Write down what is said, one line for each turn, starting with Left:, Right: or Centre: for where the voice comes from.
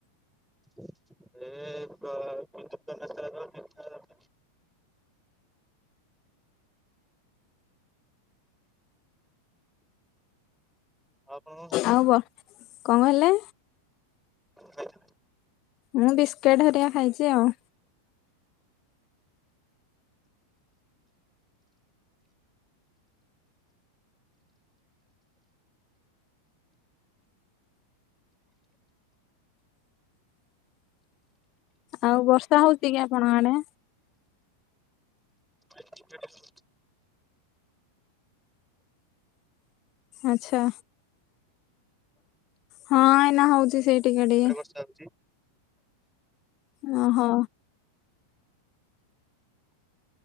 Centre: ହ <unintelligible> ଏ <inaudible> ଆଉ ଆପଣ କଣ
Left: ଆଉ, ବର୍ କଣ କହିଲେ?
Centre: ଖାଇଥିଲେ?
Left: ମୁଁ ବିସ୍କେଟ୍ ହେରିକା ଖାଇଁଛି ଆଉ। ଆଉ ବର୍ଷା ହଉଛି କି ଆପଣଁ ଆଡେ?
Centre: ଏ ଟିକେ ଟିକେ ହଉଚି।
Left: ଆଛା, ହଁ ଏଇନା ହଉଛି ସେଇଟିକେ ଟିକେ।
Centre: ସାହୁଯି
Left: ଅ, ହ।